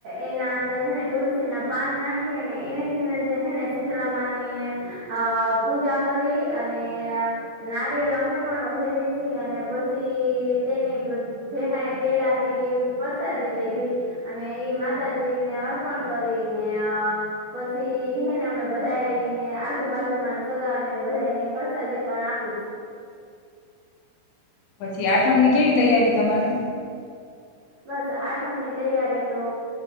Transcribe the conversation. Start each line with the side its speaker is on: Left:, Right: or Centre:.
Right: એના અંદરને તુલસી ના પાન નાખી અને એને થીને જે હેને શીતળામાં ની આ પૂજા કરી અને નારિયેલ અમે પણ વધેરી અને પછી તેની જે કઈ પેડા હે કે એવી પરસાદી લઈ જઈ અને એ માતાજી ને અર્પણ કરીને પછી હેને અમે બધાને આજુબાજુમાં સગા બધાને પ્રસાદી પણ આપી છ
Left: પછી આઠમની કેવી તૈયારી તમારે?
Right: બસ આઠમ ની તૈયારી તો